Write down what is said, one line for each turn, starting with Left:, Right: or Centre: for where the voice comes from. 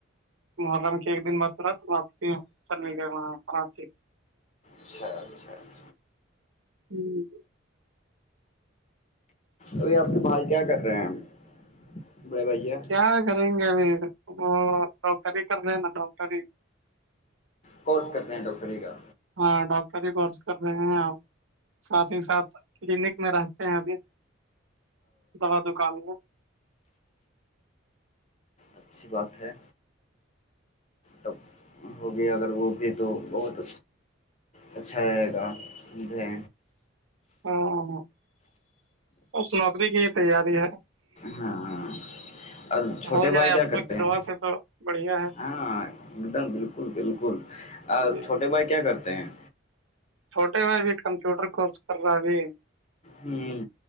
Right: محرام کی ایک دن بات ہو رہا تو واپسی چلنے گئے وہاں ران
Left: اچھا اچھاچ
Right: <unintelligible>
Left: اھی آپ کے بھائی کیا کر رہے ہیں بڑے بھائییا
Right: کیا کریں گے ابھی وہ ڈاکٹری ہی کر رہے ہیں نا ڈاکٹری ہی
Left: کورس کرنے ہیں ڈاکٹری کا
Right: ہاں ڈاکٹری ہی کورس کر رہے ہیں آپ ساتھ ہی ساتھ کلینک میں رہتے ہیں ابھی دوا دکان میں
Left: اچھی بات ہے
Right: <inaudible>
Left: تب ہوگی اگر وہ بھی تو بہت اچھا رہے گا سمجھے
Right: ہاں اس نوکری کی ہی تیاری ہے
Left: ہاں اور چھوٹے
Right: ہو
Left: بھائی
Right: جائے
Left: کیا
Right: آپ لوگ
Left: کرتے
Right: کی
Left: ہیں
Right: دعا سے تو بڑھیا ہے
Left: ہاں ایک دم بالکل بالکل
Right: جی
Left: چھوٹے بھائی کیا کرتے ہیں
Right: چھوٹے ہو بھی کمپیوٹر کورس کر رہا ہے بھی
Left: ھمم